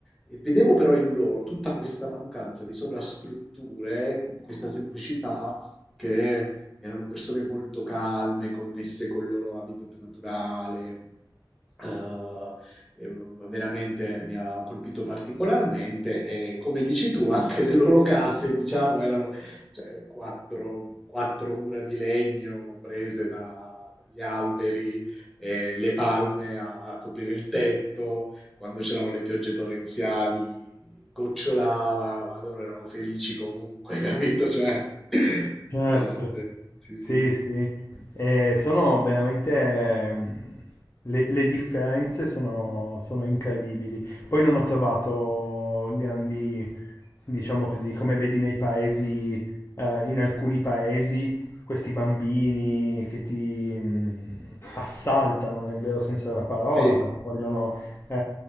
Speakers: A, in the centre; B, on the left.
A: e vedevo però in loro tutta questa mancanza di sovrastrutture, questa semplicità che erano persone molto calme, connesse col loro habitat naturale. eh, eh, veramente mi ha colpito particolarmente e come dici tu anche le loro case diciamo erano cioè, quattro, quattro mura di legno prese da- dagli alberi eh, le palme a, a coprire il tetto quando c'erano le piogge torrenziali gocciolava ma loro erano felici comunque <laughs> capito cioè
B: certo.
A: forte sì
B: Sì,
A: sì
B: sì, Eh, sono veramente ehm, le, le differenze sono, sono incredibili. Poi non ho trovato grandi, diciamo così, come vedi nei paesi, eh, in alcuni paesi, questi bambini che ti mh, assaltano nel vero senso della parola,
A: sì
B: perché vogliono eh,